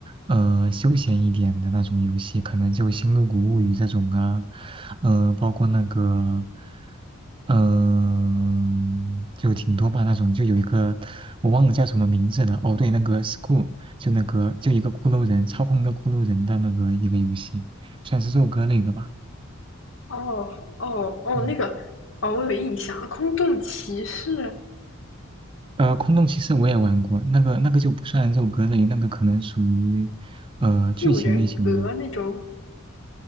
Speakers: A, on the right (about 25°); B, on the left (about 60°).
A: 呃休闲一点的那种游戏，可能就《星露谷物语》这种啊，呃，包括那个，嗯、就挺多吧那种，就有一个我忘了叫什么名字了，哦，对，那个 School，就那个就一个骷髅人操控一个骷髅人的那个一个游戏，算是肉鸽类的吧，
B: 哦哦哦那个
A: 嗯，
B: 哦，我有印象，《空洞骑士》
A: 呃，空洞骑士我也玩过，那个那个就不算肉鸽类，那个可能属于呃剧情类型的，
B: 《第五人格》那种